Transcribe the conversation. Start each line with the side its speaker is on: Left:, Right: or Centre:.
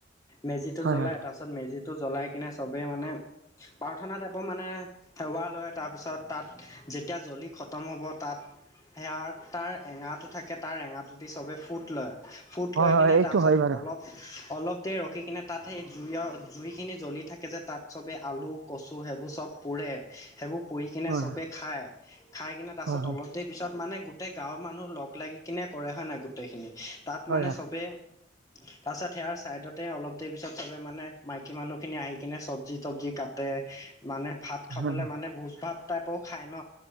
Left: মেজিটো
Right: হয়
Left: জ্বলাই,
Right: হয়
Left: তাৰপিছত মেজিত টো জ্বলাই কিনে চবেই মানে প্ৰাৰ্থনা তাইপৰ মানে সেৱা লয়, তাৰপিছত তাত যেতিয়া জ্বলি খতম হ'ব তাত, সেয়াৰ তাৰ এঙাৰটো থাকে তাৰ এঙাৰটো দি চবেই ফুট লয়। ফুট
Right: হয়
Left: লৈ
Right: হয়
Left: কিনে
Right: এইটো
Left: তাৰপাছত
Right: হয় বাৰু
Left: অলপ অলপ দেৰি ৰখি কিনে তাত সেই জুয়ৰ, জুইখিনি জ্বলি থাকে যে, তাত চবেই আলু, কচু সেইবোৰ চব পুৰে, সেইবোৰ পুৰি কিনে
Right: হয়
Left: চবেই খায়। খাই কিনে তাৰপিছত
Right: হয়
Left: অলপ দেৰি পিছত মানে গোটেই গাঁৱত মানুহ লগ লাগি কিনে কৰে হয় নাই গোটেইখিনি, তাত
Right: হয়
Left: মানে
Right: হয় হয়
Left: চবে তাইচত সেয়াৰ চাইদতে অলপ দেৰি পিছত চবে মানে, মাইকী মানুহ খিনি আহি কিনে চবজি তবজি কাটে। মানে ভাত খাবলৈ
Right: হয়
Left: মানে ভোজ ভাত টাইপ খায় ন